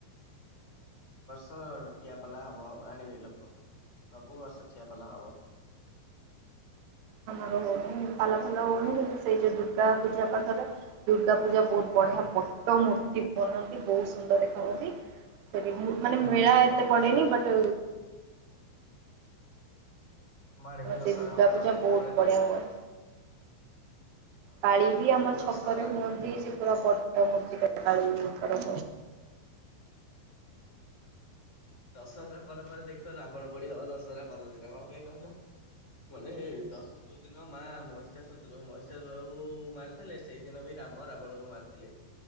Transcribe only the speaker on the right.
ହ ମର ହଉନହିଁ ପାଲା ଫାଲା ହଉନହିଁ ସେଇ ଯୋଉ ଦୁର୍ଗା ପୂଜା ପାଖରେ ଦୁର୍ଗା ପୂଜା ବହୁତ ବଢିଆ ପୋଟ ମୂର୍ତ୍ତି ବନନ୍ତି ବହୁତ ସୁନ୍ଦର ଦେଖା ହାଉନ୍ତି ମାନେ
ମେଳା
ଏତେ
ପଡେନି ବଟ
ଆମର
ସେଇ ଦୁର୍ଗା
ପୂଜା
ବହୁତ
ବଢିଆ ହୁଏ କାଳି ବି ଆମ
ଛକରେ
ହୁଅନ୍ତି ସେ ପୁରା ପଟ ମୁଡ଼ିଚ କଲି କର